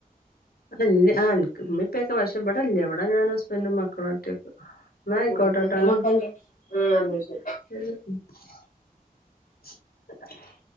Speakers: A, on the left; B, on the left.
A: <unintelligible> ആ ഇന്ക് ഉമ്മി പ്പ ക്കെ വഷ ഇവിട്ല്ല്യാ എവിടാ ഞാനും ഹസ്ബൻറും മക്കളും ഒറ്റയ്ക്കു. ന്നാ ആയിക്കോട്ടട്ടാ?
B: ആഹ് എത്ര മക്കളുണ്ട് ആഹ് ന്ന ശരി.
A: <unintelligible>